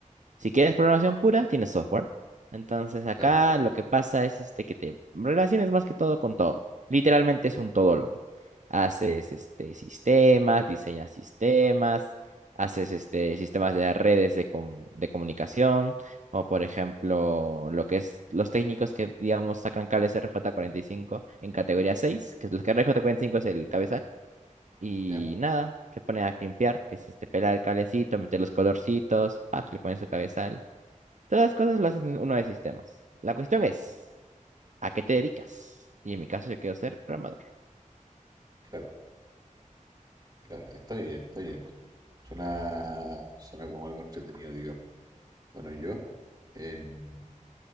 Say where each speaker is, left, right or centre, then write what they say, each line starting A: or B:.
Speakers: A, on the right; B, on the right.
A: Si quieres programación pura, tienes software. Entonces acá
B: claro,
A: lo que pasa es este que te relaciones más que todo con todo. Literalmente es un todólogo. Haces este sistemas, diseñas sistemas, haces este sistemas de redes de, com- de comunicación, como por ejemplo lo que es los técnicos que digamos sacan cables RJ45 en categoría 6, que es los que RJ45 es el cabezal y
B: ya,
A: nada, se pone a limpiar, que es este pelar el cablecito, meter los colorcitos, pac, le pones su cabezal Todas las cosas lo hacen uno de sistemas. La cuestión es, ¿a qué te dedicas? Y en mi caso yo quiero ser programador.
B: claro, claro, está bien, está bien. Suena, suena como algo entretenido, digamos. Bueno, yo, en-